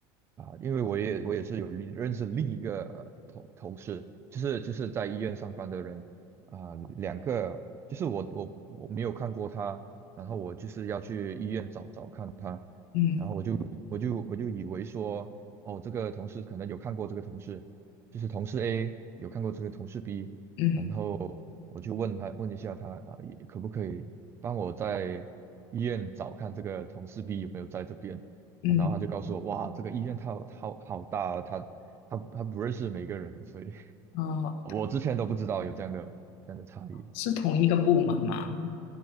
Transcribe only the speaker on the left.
嗯
嗯
嗯，
呃，
是同一个部门吗？